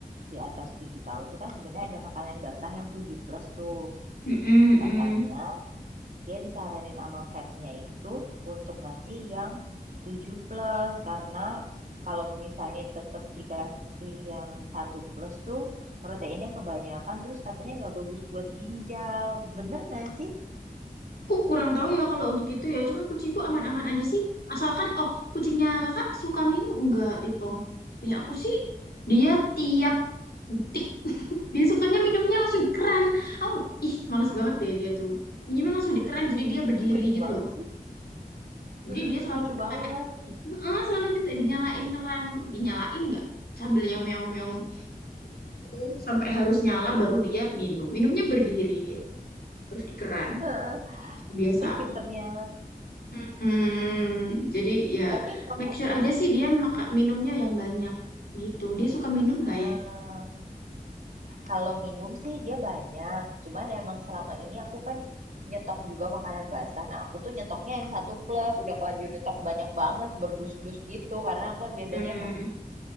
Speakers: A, on the right (about 55°); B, on the left (about 85°).
A: di atas 7 tahun tuh kan sebenarnya ada makanan basah yang tujuh plus tuh.
B: Mm-mm, mm-mm.
A: Katanya dia disaranin sama vetnya itu untuk ngasih yang tujuh plus karena kalau misalnya tetap dikasih yang satu plus tuh proteinnya kebanyakan, terus katanya nggak bagus buat ginjal. Bener nggak sih?
B: Aku kurang tahu ya kalau untuk itu ya. Cuman kucingku aman-aman aja sih. Asalkan, oh, kucingnya kakak suka minum enggak, Pipong? Punya aku sih, dia tiap detik. <laughs> Dia sukanya minumnya langsung di keran. Oh, ih, males banget deh dia tuh. Minumnya langsung di keran, jadi dia berdiri
A: ini lucu
B: gitu
A: banget
B: loh.
A: sih.
B: Jadi
A: Mhm
B: dia
A: mhm,
B: selalu
A: lucu banget.
B: kayak, "Eh, selalu minta dinyalain keran. Dinyalain enggak? Sambil yang meong-meong gitu, sampai harus nyala baru dia minum. Minumnya berdiri dia. Terus di keran.
A: <laughs> Heeh.
B: Biasa.
A: Ih, pinternya.
B: Mm-mm. Jadi ya
A: Tapi kamu
B: make sure aja sih dia maka, minumnya yang banyak gitu. Dia suka minum nggak
A: Eee,
B: ya?
A: kalau minum sih dia banyak, cuman emang selama ini aku kan nyetok juga makanan basah. Nah, aku tuh nyetoknya yang satu plus, udah kelanjur nyetok banyak banget, berdus-dus gitu. Karena aku kan biasanya
B: Mm.
A: emang